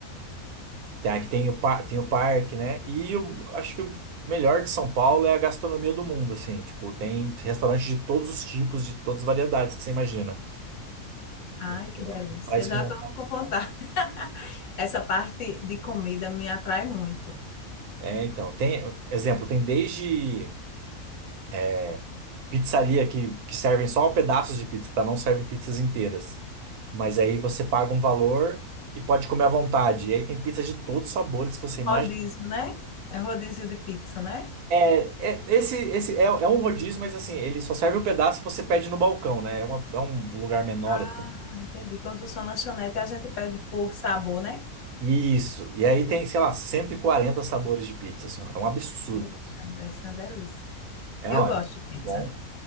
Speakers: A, on the right; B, on the left.
A: Tem, aqui tem o, par- tem o parque, né? E eu acho que o melhor de São Paulo é a gastronomia do mundo, assim. Tipo, tem restaurantes de todos os tipos, de todas as variedades que você imagina.
B: Ai,
A: Então,
B: que delícia.
A: para experimentar.
B: Eu já estou com vontade. <laughs> Essa parte de comida me atrai muito.
A: É, então, tem, exemplo, tem desde é, pizzaria que, que servem só pedaços de pizza, tá? Não servem pizzas inteiras. Mas aí você paga um valor e pode comer à vontade. E aí tem pizza de todos os sabores que você imagina.
B: Rodízio, né? É um rodízio de pizza, né?
A: É, é- esse, esse é, é um rodízio, mas assim, ele só serve o pedaço e você pede no balcão, né? É, uma- é um lugar menor,
B: Ah,
A: assim.
B: entendi. Como se fosse uma lanchonete, a gente pede por sabor, né?
A: Isso. E aí tem, sei lá, 140 sabores de pizza, assim, ó. É um absurdo,
B: Eita,
A: assim.
B: deve ser uma delícia.
A: É,
B: Eu
A: ó,
B: gosto
A: é
B: de pizza.
A: bom.